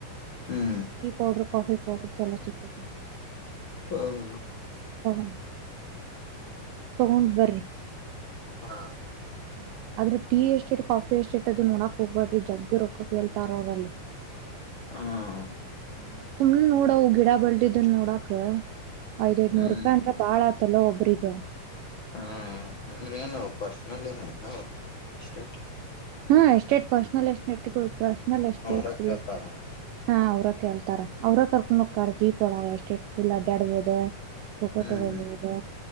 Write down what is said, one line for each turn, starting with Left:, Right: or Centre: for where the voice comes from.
Left: ಹ್ಮ್
Right: ಟೀ, ಪೌಡರು, ಕಾಫಿ, ಪೌಡರ್, ಚಲೋ, ಚಿತ್ತತ್ ನೋಡಲ್ಲ? <inaudible>
Left: ಹ. <inaudible>
Right: ತಕೊಂಡು ತಕ್ಕೊಂಡು ಬರ್ರಿ? <inaudible>
Left: ಹಾ! <inaudible>
Right: ಹ್ಮ, ಆದ್ರೆ, ಟೀ, ಎಷ್ಟೇಟ್ ಕಾಫಿ, ಎಷ್ಟೆಟ್, ಅದನ್ನ ನೋಡಾಕ್ ಹೋಗ್ಬೇಡ್ರಿ! ಜಗ್ಗ, ರೊಕ್ಕ, ಕೇಳ್ತಾರ ಅವರಲ್ಲಿ? <inaudible>
Left: ಹ್ಮ. <inaudible>
Right: ಮತ್, ಸುಮ್ನೆ, ನೋಡವು! ಗಿಡ, ಬೆಳೆದಿದ್ದನ್ನು ನೋಡಕ್? <inaudible> ಐದು, ಐದುನೂರು,
Left: ಹ್ಮ್
Right: ರೂಪಾಯಿ! ಅಂದ್ರೆ ಬಾಳ ಆಯ್ತಲ್ಲ ಒಬ್ಬರಿಗೆ? <inaudible>
Left: ಹ್ಮ, ಅಂದ್ರೆ, ಏನುವು, ಪರ್ಸನಲ್ ಏನು ನಾವು ಎಷ್ಟೇಟ್? <unintelligible>
Right: ಹಾ, estate personal! Estate, personal, estate,
Left: ಅವರ ವ್ಯಾಪಾರನ
Right: ಇರ್ತ, ಹಾ, ಅವ್ರ? <inaudible> ಕೇಳ್ತಾರ, ಅವ್ರ ಕರ್ಕೊಂಡ, ಜೀಪ್ ಒಳಗ ಎಷ್ಟೇ ಫುಲ್, ಅಡ್ಡಾಡದು? <inaudible> ಫೋಟೋ,
Left: ಹ್ಮ್
Right: ತಗೋಬಹುದಾ!